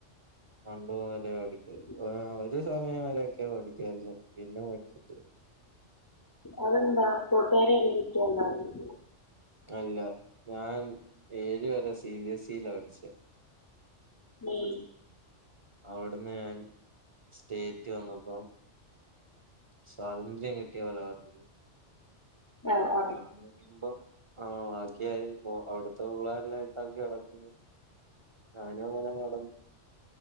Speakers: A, on the right; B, on the left.
A: പണ്ട്മുതലേ പടി
B: ഉം
A: ആ ഒരു സമയം വരൊക്കെ പഠിക്കായിരുന്നു പിന്നെ പടിക്കത്തില്ല
B: അതെന്താ കട്ടുകാരൊക്കെ വിളിക്കുക ണ്ടായിരുന്നോ
A: അല്ല ഞാൻ ഏഴ് വരെ സി ബിഎസ്ഇൽ പഠിച്ചേ
B: <unintelligible>
A: അവിടുന്ന് ഞാൻ സ്റ്റേറ്റ് വന്നപ്പോം സ്വാതന്ത്ര്യം കിട്ടിയത് പോലെ ആ വത്തില്ലെഞാൻ
B: ആഹ് ആഹ്
A: നോക്കിയുമ്പോ ആഹ് ബാക്കിയാരും ഓഅവിടുത്തെ പിള്ളേരെല്ലാം നൈസാക്കി നടക്കുന്നു ഞാനും അങ്ങനെ നടന്നു